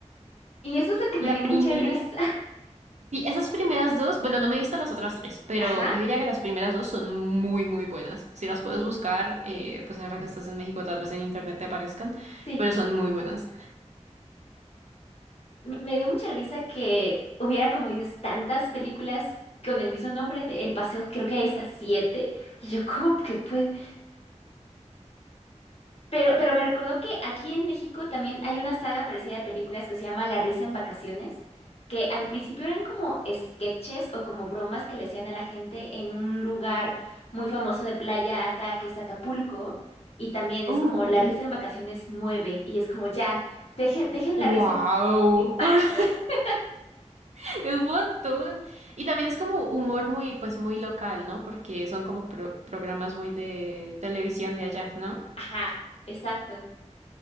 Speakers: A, on the left (about 55°); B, on the right (about 70°).
A: Y eso es lo que
B: La
A: me dio
B: primera.
A: mucha risa.
B: Sí, esas primeras dos. Bueno, no me he visto las otras tres. Pero
A: Ajá,
B: yo diría que las primeras dos son muy, muy buenas. Si las puedes buscar, eh, pues ahora que estás en México, tal vez en internet te aparezcan.
A: sí.
B: Pero son muy buenas.
A: Me me dio mucha risa que hubiera, como dices, tantas películas con el mismo nombre de El Paseo. Creo que hay hasta siete. Y yo, ¿cómo que puede Pero, pero me recordó que aquí en México también hay una saga parecida de películas que se llama La risa en vacaciones, que al principio eran como sketches o como bromas que le hacían a la gente en un lugar muy famoso de playa acá que es Acapulco, y también
B: Oh,
A: es como
B: ok.
A: La risa en vacaciones nueve y es como ya, dejen, dejen
B: ¡Wow!
A: la risa en, en paz.
B: <laughs>
A: <laughs>
B: <laughs> Un montón. Y también es como humor muy, pues muy local, ¿no? Porque son como pro- programas muy de televisión de allá, ¿no?
A: Ajá, exacto.